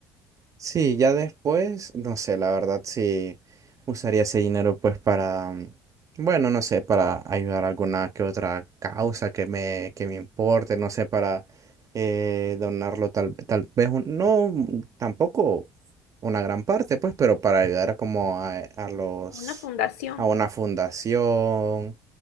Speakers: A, on the right; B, on the left.
A: Sí, ya después, no sé, la verdad sí usaría ese dinero pues para, mm, bueno, no sé, para ayudar a alguna que otra causa que me, que me importe, no sé, para eh, donarlo tal, tal vez, un- no mm, tampoco una gran parte pues, pero para ayudar como a, a los,
B: a una fundación.
A: a una fundación,